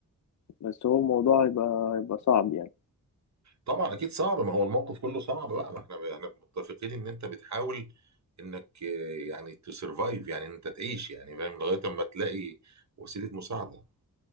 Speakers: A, on the left; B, on the right.
A: بس هو الموضوع هيبقى هيبقى صعب يعني
B: طبعا اكيد صعب ما هو الموقف كله صعب بقى ما احنا احنا متفقين ان انت بتحاول انك آه، يعني تسرفايف يعني انت تعيش يعني فاهم لغايه اما تلاقي وسيله مساعده